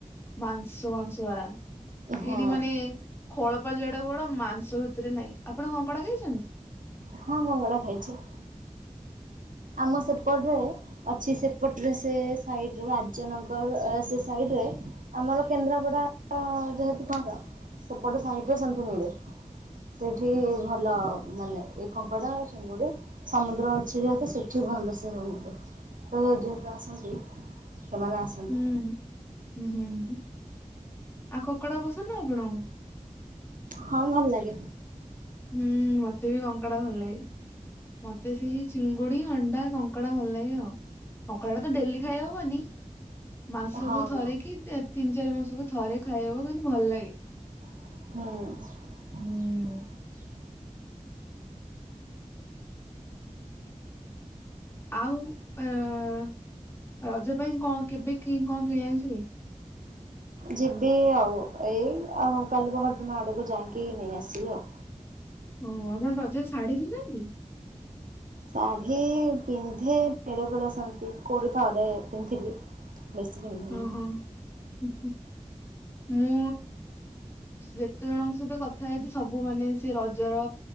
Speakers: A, on the left; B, on the right.
A: ମାଂସ ମାଂସ ଭଳିଆ
B: ହଁ
A: ଏଇଠି ମାନେ ଖୋଳୋପା ଯେଡେବଡ ମାଂସ ଭିତରେ ନାଇଁ ଆପଣ କଙ୍କଡ଼ା ଖାଇଛନ୍ତି।
B: ହଁ କଙ୍କଡ଼ା ଖାଇଛି। ଆମ ସେପଟରେ ଅଛି ସେପଟରେ ସେ ସାଇଡ ରାଜନଗର ସେ ସାଇଡରେ ଆମର କେନ୍ଦ୍ରାପଡା। ଯେହେତୁ କର ସେପଟ ସାଇଟ୍ ରେ ସେମିତି ମିଳେ ସେଇଠି ଭଲ ମାନେ ଏ କଙ୍କଡା ଚିଙ୍ଗୁଡି ସମୁଦ୍ର ଅଛି ଯେହେତୁ ସେଠି ଭଲ ସେ ସମୁ ତ ଯେହେତୁ ଆସନ୍ତି ସେମାନେ ଆସନ୍ତୁ।
A: ହୁଁ ହୁଁ ହୁଁ ହୁଁ ଆଉ କଙ୍କଡା ପସନ୍ଦ ଆପଣ
B: ହଁ ଭଲ ଲାଗେ।
A: ହୁଁ ମତେ ବି କଙ୍କଡ଼ ଭଲଲାଗେ। ମତେ ସେଇ ଚିଙ୍ଗୁଡି ଅଣ୍ଡା କଙ୍କଡା ଭଲ ଲାଗେ ଆଉ। କଙ୍କଡ଼ା ଟା ତ ଡେଲି ଖାଇ ହବନି ମାସକୁ
B: ହଁ।
A: ଥରେ କିି ତିନି ଚାରି ମାସକୁ ଥରେ ଖାଇହବ କିନ୍ତୁ ଭଲ ଲାଗେ।
B: ହୁଁ।
A: ହୁଁ ଆଉ ଆଁ ରଜ ପାଇଁ କଣ? କେବେ କି କଣ କିଣି ଆକୁଜିବେ?
B: ଯିବି ଆଉ ଏଇ କାଲି ପହରଦିନ ଆଡକୁ ଯାଇକି ନେଇ ଆସିବି ଆଉ।
A: ଓ ଆପଣ ରଜରେ ଶାଢୀ ପିନ୍ଧନ୍ତି।
B: ଶାଢୀ ପିନ୍ଧେ ବେଳେ ବେଳେ ସେନ୍ତି କୋଉଠି ଥରେ ପିନ୍ଧିଥିଲି। ବେଶୀ ପିନ୍ଧିନି
A: ଓହୋ ହଁ ହଁ। ମୁଁ ଯେତେ ଜଣଙ୍କ ସହିତ କଥା ହେଇଛି ସବୁ ମାନେ ସେ ରଜର